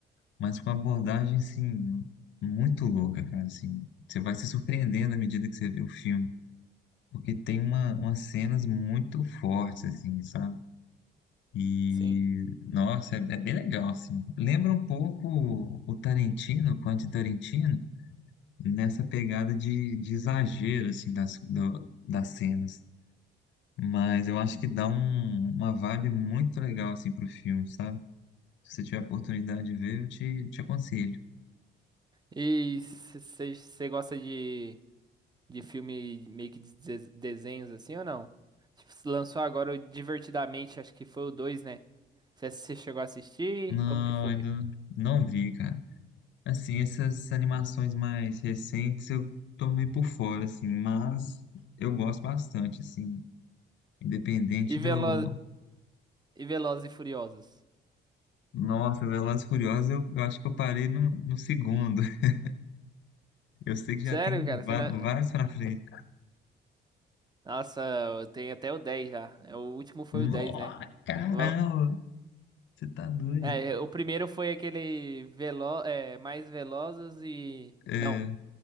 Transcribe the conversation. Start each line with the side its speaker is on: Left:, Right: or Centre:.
Left: mas com uma abordagem, assim, muito louca, cara, assim. Você vai se surpreendendo à medida que você vê o filme, porque tem uma, umas cenas muito fortes, assim, sabe? E,
Right: Sim.
Left: nossa, é, é bem legal, assim. Lembra um pouco o Tarantino, o Quentin Tarantino, nessa pegada de, de exagero, assim, das, do- das cenas. Mas eu acho que dá um- uma vibe muito legal, assim, pro filme, sabe? Se você tiver a oportunidade de ver, eu te, te aconselho.
Right: E você gosta de, de filme meio que de des- desenhos assim ou não? Tipo, se lançou agora o Divertidamente, acho que foi o dois né? Você chegou a assistir?
Left: Não,
Right: Como que foi?
Left: ainda não vi, cara. Assim, essas animações mais recentes eu tô meio por fora, assim, mas eu gosto bastante, assim, independente
Right: E, Velo
Left: do
Right: e Velozes e Furiosos.
Left: Nossa, Velozes e Furiosos, eu, eu acho que eu parei no, no segundo. <laughs> Eu sei que já
Right: Sério,
Left: tem
Right: cara?
Left: va-
Right: Você não...
Left: vários pra frente.
Right: Nossa, eu tenho até o 10 já. É, O último foi
Left: Nossa,
Right: o 10, né?
Left: caramba,
Right: Vam-
Left: você tá doido.
Right: É, o primeiro foi aquele velo... é, mais velozes e.
Left: É,
Right: Não,